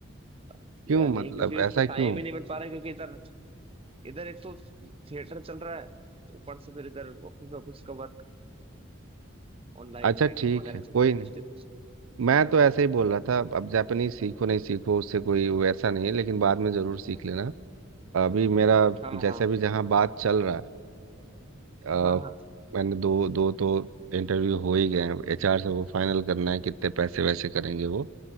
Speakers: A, on the right (about 30°); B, on the right (about 90°).
A: किया
B: क्यों
A: नहीं
B: मतलब
A: क्योंकि उस
B: ऐसा
A: पर टाइम
B: क्यों
A: ही नहीं मिल पा रहा है क्योंकि इधर इधर एक तो थिएटर चल रहा है ऊपर से फिर इधर ऑफिस ऑफिस का वर्क ऑनलाइन
B: अच्छा
A: मीटिंग
B: ठीक
A: वगैरह
B: है
A: चलती
B: कोई नहीं
A: रहती है तो उसके लिए।
B: मैं तो ऐसे ही बोल रहा था अब जापानीज सीखो नहीं सीखो उससे कोई वैसा नहीं है लेकिन बाद में जरूर सीख लेना अभी मेरा
A: हाँ
B: जैसे
A: हाँ
B: अभी जहाँ बात चल रहा है अ,
A: हाँ हाँ
B: मैंने दो दो तो इंटरव्यू हो ही गए हैं एचआर से वो फाइनल करना है कितने पैसे वैसे करेंगे वो